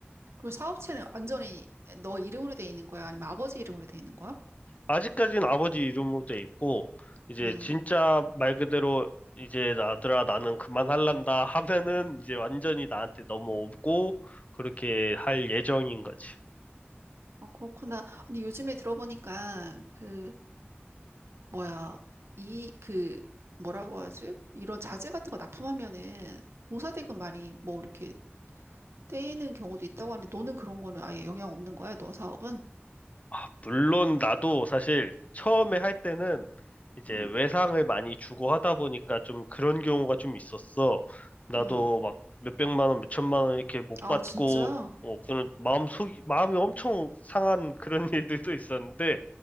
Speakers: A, on the right; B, on the left.
A: 그럼 사업체는 완전히 너 이름으로 돼 있는 거야? 아니면 아버지 이름으로 돼 있는 거야?
B: 아직까지는 아버지 이름으로 돼 있고, 이제
A: 응.
B: 진짜 말 그대로 이제 아들아 나는 그만할란다 하면은 이제 완전히 나한테 넘어오고, 그렇게 할 예정인 거지.
A: 아, 그렇구나. 아니, 요즘에 들어보니까, 그, 뭐야, 이, 그, 뭐라고 하지? 이런 자재 같은 거 납품하면은 공사대금 많이 뭐 이렇게 떼이는 경우도 있다고 하는데, 너는 그런 거는 아예 영향 없는 거야? 너 사업은?
B: 아, 물론 나도 사실 처음에 할 때는 이제
A: 응,
B: 외상을 많이 주고 하다 보니까 좀 그런 경우가 좀 있었어. 나도
A: 응.
B: 막 몇백만 원, 몇천만 원 이렇게 못
A: 아,
B: 받고
A: 진짜?
B: 어, 그런 마음 속 마음이 엄청 상한 그런 <laughs> 일들도 있었는데